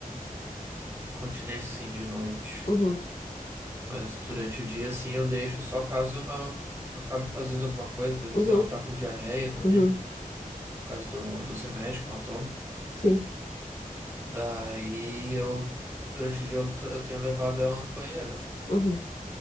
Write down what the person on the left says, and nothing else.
uhum,
uhum,
uhum.
Sim.
Uhum.